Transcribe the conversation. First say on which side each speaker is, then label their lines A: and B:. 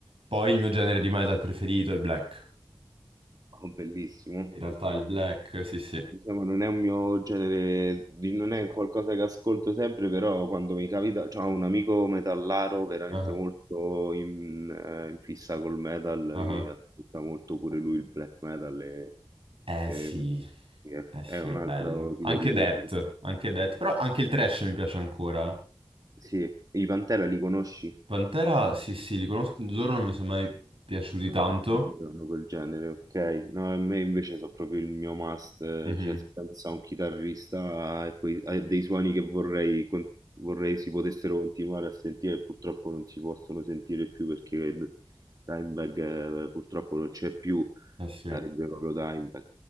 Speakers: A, on the right; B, on the right.
A: Poi
B: Sì.
A: il mio genere di metal preferito è il black.
B: Oh, bellissimo.
A: In realtà il black, sì sì.
B: Diciamo, non è un mio genere, di- non è qualcosa che ascolto sempre, però quando mi capita, c'ho un amico metallaro veramente
A: Ah,
B: molto in, eh, in fissa col metal,
A: ah.
B: che ascolta molto pure lui il black metal, e,
A: Eh
B: e-
A: sì,
B: e
A: eh sì,
B: è un
A: è bello.
B: altro tipo
A: Anche
B: di musica.
A: Death, anche Death, però anche il thrash mi piace ancora. eh.
B: Sì, i Pantera li conosci?
A: Pantera, sì sì, li conosco, loro non mi sono mai piaciuti
B: Mh,
A: tanto.
B: è vero, hanno quel genere, okay. No, a me invece so' proprio il mio must, eh,
A: Mhm,
B: cioè s penso a un chitarrista e quei a dei suoni che vorrei con vorrei si potessero continuare a sentire e purtroppo non si possono sentire più perché eh, d Dimebag, ehm, purtroppo non c'è più,
A: Eh sì.
B: sarebbe proprio Dimebag.